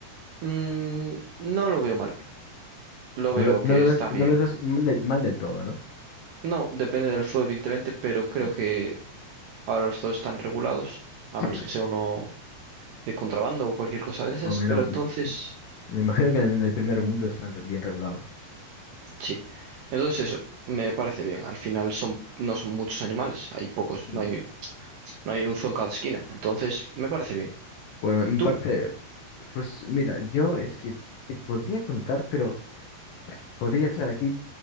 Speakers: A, on the right; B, on the left.
A: Mm, no lo veo mal, lo
B: No,
A: veo
B: lo- no
A: que
B: lo
A: está
B: ves, no
A: bien.
B: lo ves mal, de- mal del todo, ¿no?
A: No, depende del zoo evidentemente, pero creo
B: Mm.
A: que ahora los zoos están regulados, a menos
B: Sí,
A: que sea uno de contrabando o cualquier cosa de esas,
B: o menos,
A: pero entonces,
B: me, me imagino que en el primer mundo están re- bien regulados.
A: sí. Entonces eso, me parece bien, al final son, no son muchos animales, hay pocos,
B: Mm.
A: no hay, no hay un zoo en cada esquina, entonces me parece bien.
B: Bueno, me
A: ¿Tú?
B: parece, pues mira, yo es que te podría contar, pero podría estar aquí